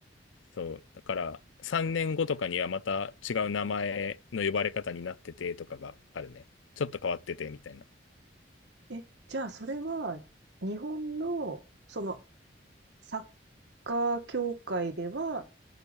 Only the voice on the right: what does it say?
え、じゃあそれは、日本の、その、サッカー協会では